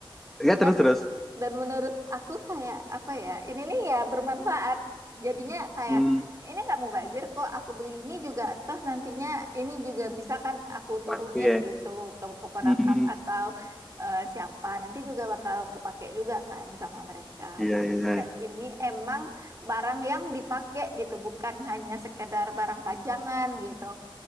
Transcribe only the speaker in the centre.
ya
terus terus
Hmm,
pagi ya.
Hmm,
iya
iya.